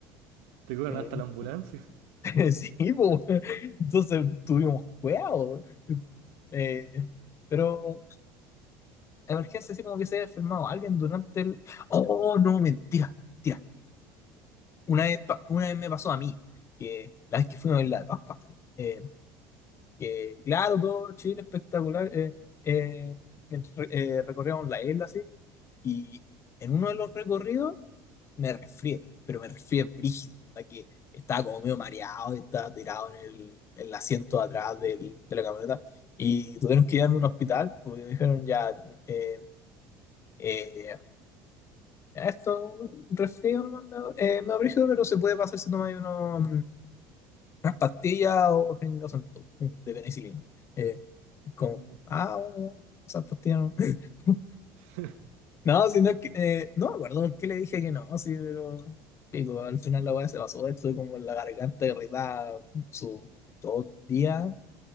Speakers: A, on the right (about 80°); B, on the left (about 40°).
A: <laughs> Te cobran
B: eh,
A: hasta la ambulancia.
B: <laughs> sí, po, weón. Entonces tuvimos cuidado. Eh, pero, emergencia, sí, como que se había enfermado alguien durante el... Oh, no, mentira. mentira. Una vez, pa- una vez me pasó a mí, que la vez que fuimos a Isla de Pascua, eh, que claro, todo Chile espectacular, eh, eh, mientras re- eh, recorríamos la isla así, y en uno de los recorridos me resfrié, pero me resfrié brígido, a que estaba como medio mareado y estaba tirado en el, en el asiento de atrás del- de la camioneta, y tuvieron que llevarme a un hospital, porque me dijeron ya, eh, eh, esto, un resfrío, nomás, eh, medio brígido, pero se puede pasar si tomas unos unas pastillas o tengas un poco de penicilina. Eh, como,
A: Oh,
B: ah, bueno, ya, esas pastillas no. <laughs>
A: <laughs>
B: No, si no es que, eh, no me acuerdo por qué le dije que no, sí, pero pico, al final la weá se pasó, estuve como con la garganta irritada su todo el día,